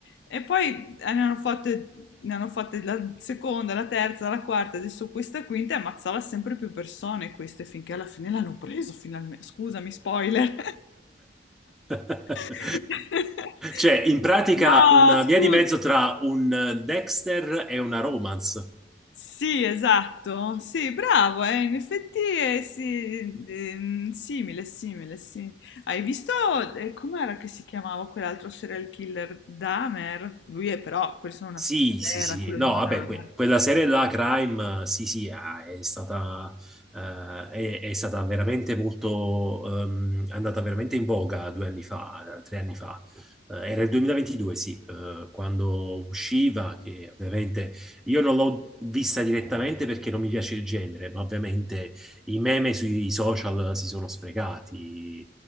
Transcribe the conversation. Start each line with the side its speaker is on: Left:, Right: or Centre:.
Left: E poi eh, ne hanno fatte, ne hanno fatte la seconda, la terza, la quarta, adesso questa quinta e ammazzava sempre più persone queste finché alla fine l'hanno preso finalmente. Scusami, spoiler.
Centre: <laughs>
Left: <laughs>
Centre: Cioè, in pratica
Left: No,
Centre: una
Left: scusa.
Centre: via di mezzo tra un eh, Dexter e una romance.
Left: Sì, esatto, sì, bravo, eh, in effetti è sì, ehm, simile, simile, sì. Hai visto eh, com'era che si chiamava quell'altro serial killer, Dahmer? Lui è però, questa è una
Centre: Sì,
Left: storia
Centre: sì,
Left: vera,
Centre: sì,
Left: quello
Centre: no,
Left: di
Centre: vabbè,
Left: Dahmer.
Centre: que- quella serie là, Crime, eh, sì, sì, ah, è stata, eh, è, è stata veramente molto, ehm, è andata veramente in voga due anni fa, eh, tre anni fa. Eh, era il 2022, sì, eh, quando usciva, che ovviamente io non l'ho vista direttamente perché non mi piace il genere, ma ovviamente i meme sui social si sono sprecati,